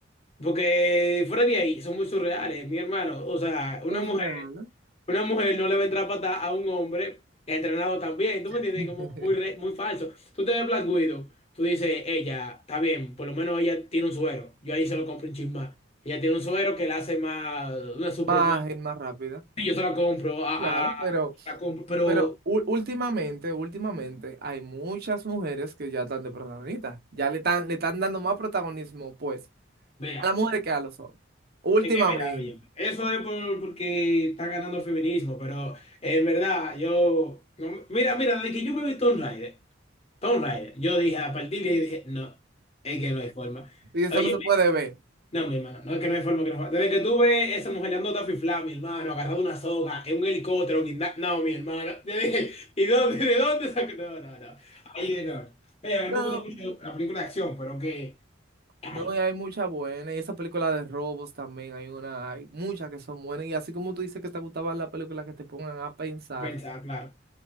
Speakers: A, on the left; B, on the right.
A: Porque fuera de ahí, son muy surreales, mi hermano. O sea, una
B: son
A: mujer.
B: reales.
A: Una mujer no le va a entrar a patada a un hombre que ha entrenado también, ¿tú me
B: <laughs>
A: entiendes? Como muy, re- muy falso. Tú te ves Black Widow, tú dices, ella, está bien, por lo menos ella tiene un suero. Yo ahí se lo compro un chin más. Ella tiene un suero que la hace más una superhumana.
B: Más, es más rápida.
A: Sí, yo se la compro, a,
B: Claro,
A: a-
B: pero,
A: la compro, pero
B: pero ú- últimamente, últimamente hay muchas mujeres que ya están de protagonistas, ya le están, le están dando más protagonismo, pues.
A: vea,
B: a la mujer que a los hombres. Últimamente.
A: es que mira, óyeme, eso es por, porque está ganando el feminismo, pero en verdad, yo, no- mira, mira, desde que yo me vi Tomb Raider, Tomb Raider, yo dije, a partir de ahí dije, no, es que no hay forma.
B: Y eso
A: oye
B: no se puede ver.
A: No, mi hermano, no es que no hay forma que no fa- Desde que tuve esa mujer le Taffy Flam, mi hermano, agarrado una soga, en un helicóptero, guinda- No, mi hermano. <laughs> Yo dije, ¿y dónde, de dónde sacó? No, no, no. Ay, no. Mira, a mí
B: No,
A: me gusta mucho la película de acción, pero que. Ay,
B: no,
A: mira,
B: y hay muchas buenas. Y esa película de robos también. Hay una, hay muchas que son buenas. Y así como tú dices que te gustaban las películas que te pongan a pensar,
A: pensaba, claro.